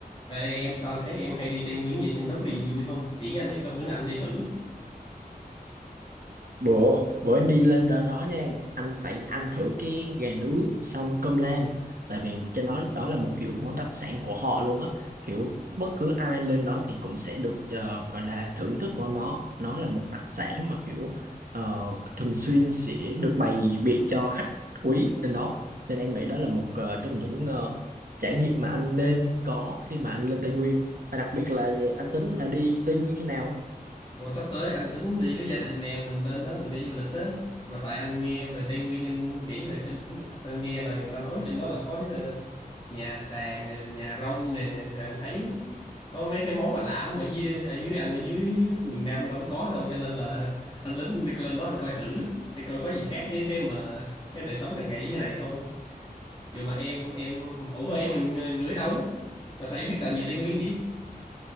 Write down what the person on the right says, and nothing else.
bữa bữa em đi lên đó, đó nha anh phải ăn thử cái gà nướng xong cơm lam tại vì trên đó đó là một kiểu món đặc sản của họ luôn á kiểu bất cứ ai lên đó thì cũng sẽ được ờ, gọi là thưởng thức món đó nó là một đặc sản mà kiểu ờ, thường xuyên sẽ được bày biện cho khách quý lên đó nên em nghĩ đó là một ờ, trong những ờ, trải nghiệm mà anh nên có khi mà anh lên Tây Nguyên và đặc biệt là anh tính là đi Tây Nguyên khi nào